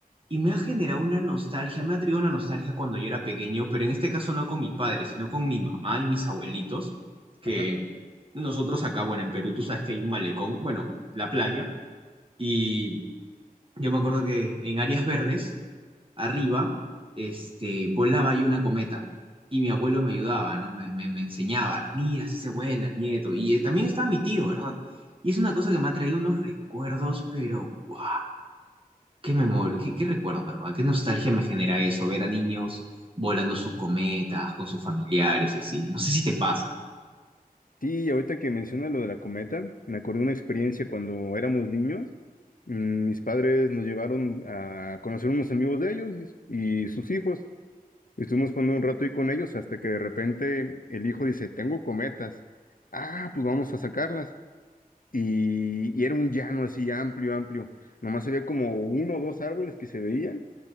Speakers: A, on the right; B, on the left.
A: y me ha generado una nostalgia, me ha traído una nostalgia cuando yo era pequeño, pero en este caso no con mi padre, sino con mi mamá y mis abuelitos, que
B: Ajá.
A: nosotros acá, bueno, en Perú tú sabes que hay un malecón, bueno, la playa, y yo me acuerdo que en áreas verdes arriba, este, volaba ahí una cometa. Y mi abuelo me ayudaba, ¿no? Me, me- me enseñaba, ¿no? Mira, así se vuela, nieto. Y eh, también estaba mi tío, ¿verdad? Y es una cosa que me ha traído unos recuerdos, pero wow, qué memoria, qué, qué recuerdos, de verdad. Qué nostalgia me genera eso, ver a niños volando sus cometas con sus familiares y así. No sé si te pasa.
B: Sí, y ahorita que menciona lo de la cometa, me acordé de una experiencia cuando éramos niños. Mm, Mis padres nos llevaron a conocer unos amigos de ellos y y sus hijos. Estuvimos jugando un rato ahí con ellos hasta que de repente el hijo dice, tengo cometas. Ah, pues vamos a sacarlas. Y, y era un llano así amplio, amplio. Nomás había como uno o dos árboles que se veían.